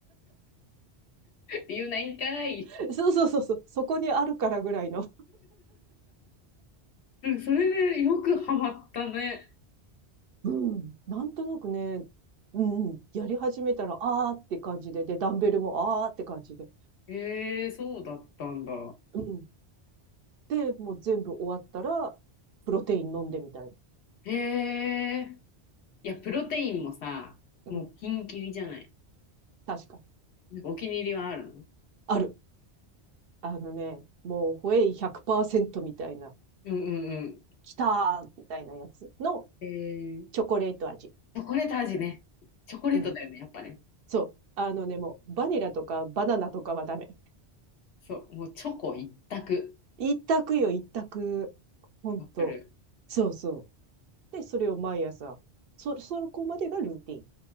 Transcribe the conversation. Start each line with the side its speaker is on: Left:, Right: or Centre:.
Left: 言うないんかい。
Right: <laughs> そうそうそうそう。そこにあるからぐらいの。
Left: うん、それでよくハマったね。
Right: うん。なんとなくね、うん。やり始めたら、ああって感じで、で、ダンベルもああって感じで。
Left: えー、そうだったんだ。
Right: うん。で、もう全部終わったら、プロテイン飲んでみたい
Left: へえ。いや、プロテインもさ、
Right: な。
Left: もうピンキリじゃない。
Right: うん。確か。
Left: なんかお気に入りはあるの
Right: ある。あのね、もう、ホエイ100%みたいな、
Left: うんうんう
Right: きたーみたいなやつの
Left: ん。えー、
Right: チョコレート味。
Left: チョコレート味ね。チョコレートだよね、
Right: うん。
Left: やっぱね。
Right: そう。あのね、もう、バニラとかバナナとかはダメ。
Left: そう、もうチョコ一択。
Right: 一択よ、一択。ほんと。
Left: わかる。
Right: そうそう。で、それを毎朝。そ、そこまでがルーティン。